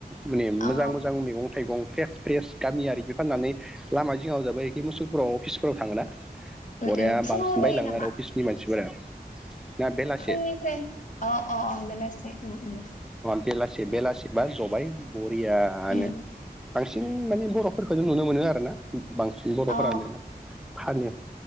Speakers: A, in the centre; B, on the left.
A: माने मोजां
B: अ
A: मोजां मैगं। थाइगं फ्रेस फ्रेस गामियारि बि फाननानै लामा जिङाव जाबायि मुसुलफोराव अफिसफोराव थाङोना।
B: उम
A: अराया
B: उम फुङाव
A: बांसिन
B: जायो
A: बायलाङो
B: नामा
A: आरो अफिसनि मानसिफोरा। ना बेलासे
B: फुंनिफ्राय अ अ अ बेलासि उम उम।
A: बेलासि बेलासिबा जबाय बरियानो।
B: उम
A: बांसिन माने बर'फोरखौ जों नुनो मोनो आरोना बांसिन बर'फोरानो
B: अ
A: फानो